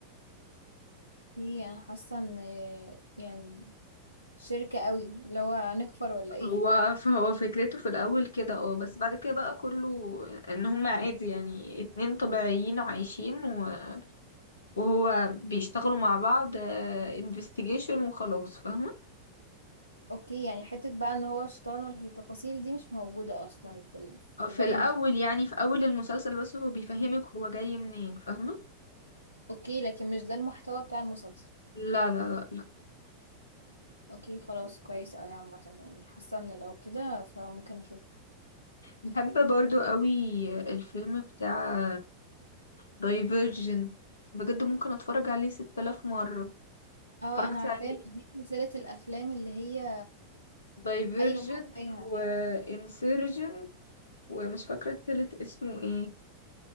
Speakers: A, on the right; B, on the left.
A: ايه انا حاسة ان يعني شركة قوي اللي هو هنكفر ولا ايه
B: هو فهو فكرته في الأول كده اه بس بعد كده بقى كله ان هم عادي يعني اتنين طبيعيين عايشين و- وهو بيشتغلوا مع بعض انفستيجيشن وخلاص فاهمة
A: اوكي يعني حتة بقى ان هو شيطان والتفاصيل دي مش موجودة اصلا في ال...
B: آه،
A: في
B: في
A: باقي
B: الأول
A: المسلسل
B: يعني في أول المسلسل بس هو بيفهمك هو جاي منين فاهمة
A: اوكي لكن مش ده المحتوى بتاع المسلسل
B: لا لا لا
A: اوكي خلاص كويس اوي عامة يعني حاسة ان لو كده فممكن اشوف
B: بحب برضو قوي الفيلم بتاع دايفيرجن بجد ممكن اتفرج عليه 6000 مرة
A: اه
B: اتفرجت
A: انا عارفاه
B: عليه
A: مش دي سلسلة الافلام اللي هي
B: دايفيرجن
A: ايوه عارفاها
B: وانسيرجن ومش فاكرة التالت اسمه ايه